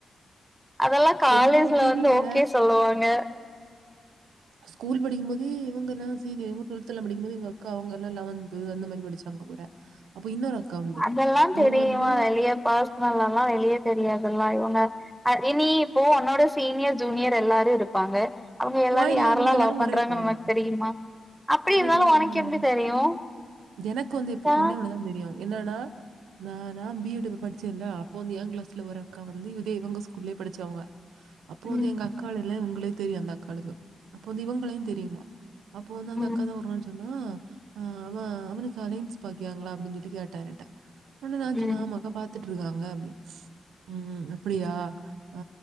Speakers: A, in the centre; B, on the right.
A: அதெல்லா காலேஜ்ல
B: என்னவோ தெரியல.
A: வந்து ஓகே சொல்லுவாங்க
B: ஸ்கூல் படிக்கும் போதே இவுங்களால்லா சீனியர் இவங்க டுவல்த்ல படிக்கும் போது எங்க அக்கா அவங்கல்லாம் லவன்த் அந்த மாரி படிச்சோ தங்கப்போறே அப்ப இன்னொரு அக்கா உண்டு.
A: அதெல்லா தெரியு
B: அவங்க வந்து
A: வெளிய பெர்சனல்லாளா வெளியே தெரியதுல்ல இவங்க அதே நீ இப்போ உன்னோட சீனியர் ஜூனியர் எல்லாரு இருப்பாங்க அவுங்க எல்லாரு
B: கோயில்ல
A: யாரல்லா
B: இவங்க எல்லாரும்
A: லவ் பண்றாங்கன்னு
B: ஒரே கோயில்
A: உனக்கு
B: தான்.
A: தெரியுமா அப்டி
B: கோயில்ல
A: இருந்தாலு
B: இவங்க
A: உனக்கு
B: எல்லாரும்
A: எப்டி தெரியு
B: எனக்கு வந்து இப்ப
A: ஆ
B: ஒன்னே ஒண்ணுதா தெரியு என்னன்னா நா நா பி எட் படிச்சேன்ல அப்போ வந்து ஏன் கிளாஸ்ல ஒரு அக்கா வந்து இதே இவுங்க ஸ்கூல்லயே படிச்சவங்க அப்போ வந்து
A: ம்
B: எங்க அக்கால் இல்ல உங்ளுக்கு தெரியு அந்த அக்காளுக அப்போ வந்து இவுங்களயு தெரியுமா அப்போ வந்து அந்த
A: ம்
B: அக்கா தா சொன்னா அவே அவன் அலைன்ஸ் பாக்கியாங்ளா அப்டின்னு சொல்ட்டு கேட்டா என்னுட்ட ஒன்னு தா
A: ம்
B: சொன்ன ஆமா அக்கா பாக்கு பாத்துட்டு இருக்காங்க அப்டி ம் அப்டியா ஆ